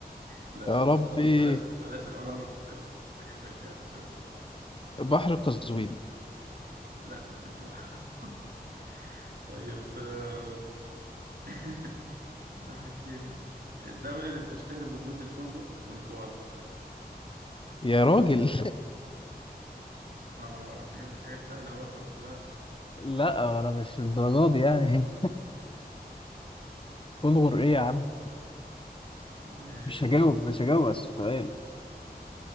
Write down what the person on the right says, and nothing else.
لا
طب خلاص بلاش بلاش الانهار والبحيرات خلاص هجيب لك غيرها عشان ما تسالش
لا مش هو <laughs> طيب آه، <laughs> ضحكتني الدولة اللي بتشتهر بوجود الكنغر والكوالا
ما ب- بجيب لك حاجات سهلة أهو عشان ما تزعلش
ماشي